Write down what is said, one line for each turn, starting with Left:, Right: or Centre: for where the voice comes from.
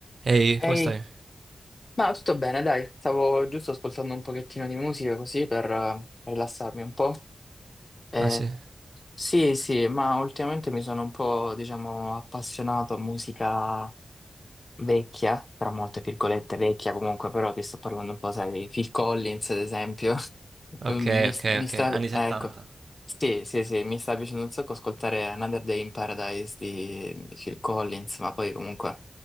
Right: Ehi,
Left: Ehi,
Right: come stai?
Left: ma tutto bene, dai, stavo giusto ascoltando un pochettino di musica così per eh, rilassarmi un po'. Eh,
Right: Ah sì.
Left: sì, sì, ma ultimamente mi sono un po', diciamo, appassionato a musica vecchia, tra molte virgolette vecchia comunque, però ti sto parlando un po', sai, di Phil Collins ad esempio, <laughs>
Right: Ok,
Left: Um, mi,
Right: ok,
Left: mi
Right: ok.
Left: sta,
Right: Anni 70.
Left: ecco, sì, sì, sì, mi sta piacendo un sacco ascoltare Another Day in Paradise di, di Phil Collins, ma poi comunque